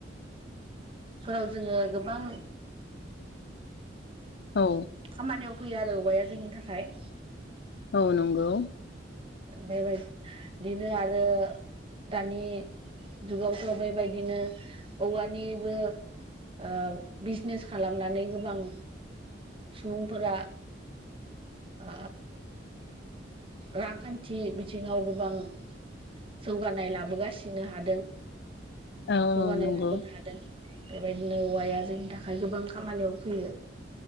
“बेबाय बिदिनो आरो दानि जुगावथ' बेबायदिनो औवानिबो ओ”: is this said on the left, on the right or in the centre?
Right